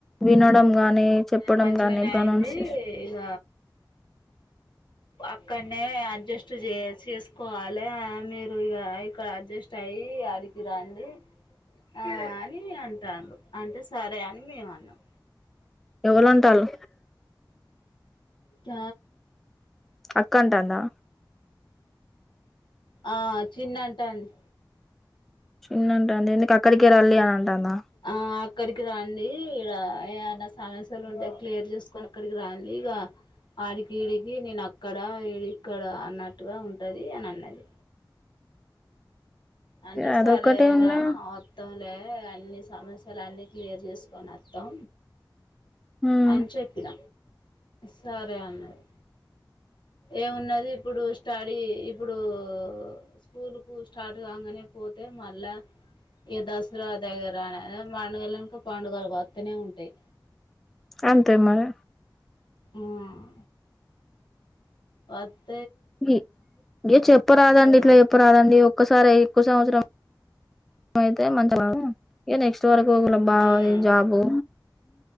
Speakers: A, in the centre; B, on the left.
A: వినడం గాని చెప్పడం
B: మంచిగానే
A: గానీ ప్రొనౌన్సేషన్
B: అయింది ఇక అక్కడనే అడ్జస్ట్ చే చేసుకోవాలి మీరు ఇగ ఇక్కడ అడ్జస్ట్ అయ్యి ఆడికి రండి ఆ అని అంటాండు అంటే సరే అని మేమన్నం
A: ఎవళుంటాళ్ళు
B: చ
A: అక్కంటాందా
B: ఆ చిన్నంటాంది
A: చిన్నంటాంది ఎందుకు అక్కడకే రాళ్ళి టనా
B: ఆ అక్కడికి రాండి ఇడ ఏయైనా సమస్యలు ఉంటే క్లియర్ చేసుకొని అక్కడికి రాండి ఇగ ఆడికి ఇడికి నేను అక్కడ ఈడి ఇక్కడ అన్నట్టుగా ఉంటది అని అన్నది అంటే
A: అదొక్కటే
B: సరేరా
A: ఉన్నా
B: వత్తంలే అన్నిస్ సమస్యలు అన్నీ క్లియర్ చేసుకొని వత్తం
A: ఉమ్
B: అన్ చెప్పిన సరే అన్నది ఏమున్నది ఇప్పుడు స్టడీ ఇప్పుడు స్కూల్ కు స్టార్ట్ కాంగానే పోతే మళ్ళా ఇగ దసరా దగ్గర అ పండుగలెనక పండుగలు వత్తనే ఉంటాయి
A: అంతే మరి
B: ఉహ్మ్ వత్
A: ఇ ఇగ చెప్ప రాదండి ఇట్లా
B: వత్-
A: చెప్ప రాదండి ఒక్కసారే కో సంస్రం పోతే మంచి ఇగ నెక్స్ట్ తోరుకోకులబా
B: ఉమ్,
A: ఇ జాబు